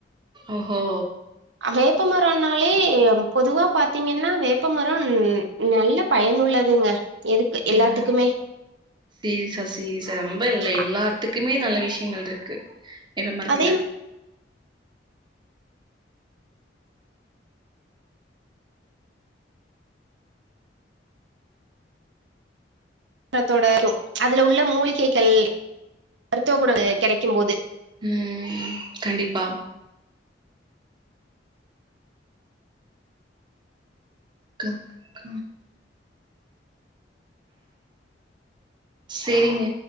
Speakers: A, on the right (about 25°); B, on the right (about 80°).
A: ஒஹோ
B: வேப்பமரம்னாலே பொதுவா பாத்தீங்கன்னா வேப்பமரம் நல்ல பயனுள்ளதுங்க எதுக்கு
A: செர்
B: எல்லாத்துக்குமே
A: சிரிசா சிரிசா ரொம்ப இல்லை எல்லா
B: அ-
A: த்துக்குமே நல்ல விஷயங்கள் இருக்கு இந்த மரத்துல
B: அதே த்தோட இரு அதுல உள்ள மூலிகைகள் மருத்துவ குணம் கெடைக்கு போது
A: உம் கண்டிப்பா க க செரிங்க